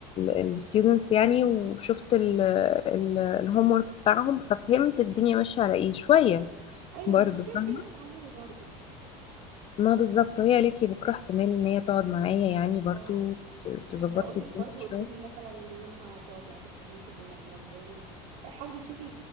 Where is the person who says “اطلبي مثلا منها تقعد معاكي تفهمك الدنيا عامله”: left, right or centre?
Right